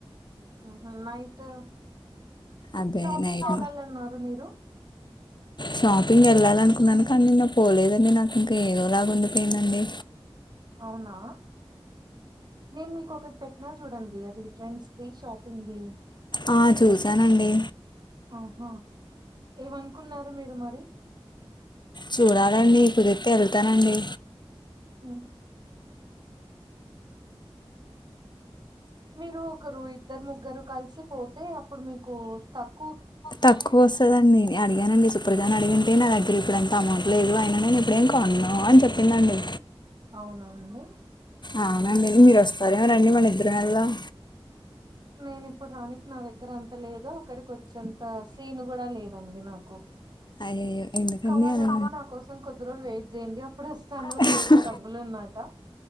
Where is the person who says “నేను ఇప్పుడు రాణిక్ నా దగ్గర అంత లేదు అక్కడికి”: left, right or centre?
Right